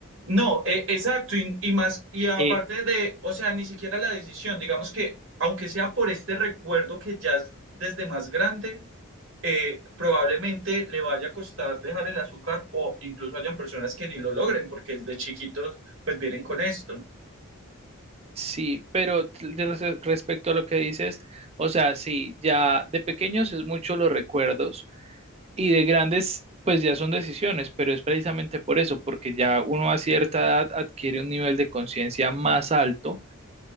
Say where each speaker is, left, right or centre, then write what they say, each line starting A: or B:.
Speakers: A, on the right; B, on the right.
A: No, e- exacto, y, y más, y aparte
B: Eh,
A: de, o sea, ni siquiera la decisión, digamos que, aunque sea por este recuerdo que ya es desde más grande, eh, probablemente le vaya a costar dejar el azúcar o incluso hayan personas que ni lo logren porque desde chiquitos pues vienen con esto.
B: Sí, pero de res- respecto a lo que dices, o sea, sí, ya de pequeños es mucho los recuerdos y de grandes pues ya son decisiones, pero es precisamente por eso, porque ya uno a cierta edad adquiere un nivel de conciencia más alto